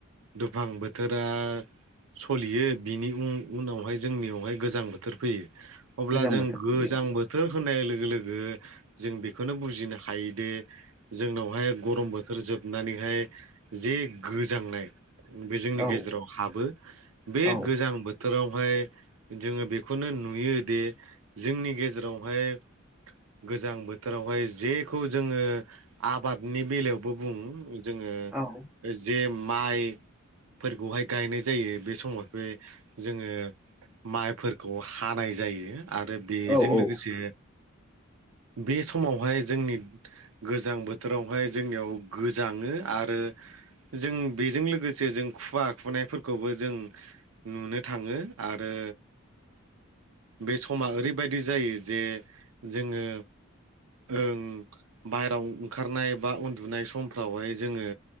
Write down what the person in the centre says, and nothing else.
गोजां
बोथोर
औ
औ
औ
औ औ